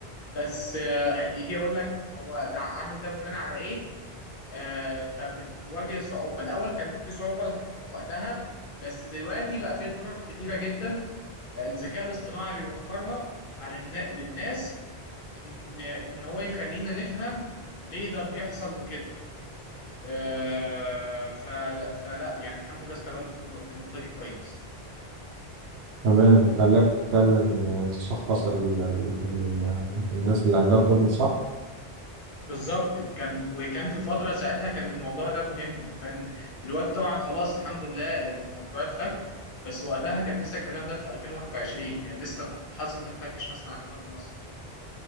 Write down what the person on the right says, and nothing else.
تمام خلاك فعلا تشخص ال ال ال الناس اللي عندها كوفيد صح؟